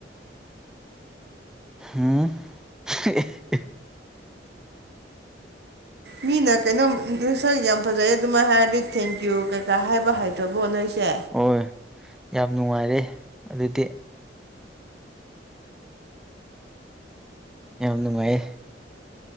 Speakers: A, in the centre; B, on the right.
A: ꯍꯨꯝ <inaudible>
B: ꯃꯤꯅ ꯀꯩꯅꯣꯝ ꯅꯁꯛ ꯌꯥꯝ ꯐꯖꯩ ꯑꯗꯨꯃꯥꯏꯅ ꯍꯥꯏꯔꯗꯤ ꯊꯦꯡꯀ꯭ꯌꯨ ꯀꯩꯀꯥ ꯍꯥꯏꯕ ꯍꯥꯏꯇ꯭ꯔꯕꯣ ꯅꯣꯏ ꯁꯦ
A: ꯍꯣꯏ ꯌꯥꯝ ꯅꯨꯡꯉꯥꯏꯔꯦ ꯑꯗꯨꯗꯤ ꯌꯥꯝ ꯅꯨꯡꯉꯥꯏꯌꯦ